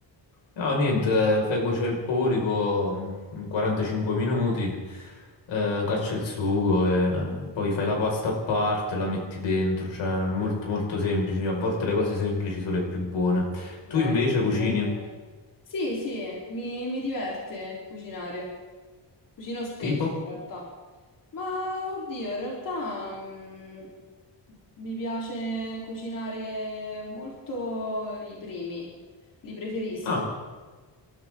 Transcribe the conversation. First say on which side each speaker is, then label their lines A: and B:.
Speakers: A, on the left; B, on the left.
A: No, niente, fai cuocere il polipo mm, 45 minuti, eh, caccia il sugo e eh, poi fai la pasta a parte, la metti dentro, cioè molto molto semplice. A volte le cose semplici sono le più buone. Tu
B: Eh,
A: invece
B: sì, hai
A: cucini?
B: ragione. Sì, sì, mi, mi diverte cucinare. Cucino spesso,
A: Tipo?
B: in realtà. Ma, oddio, in realtà, mm, mi piace cucinare molto i primi. Li preferisco
A: Ah,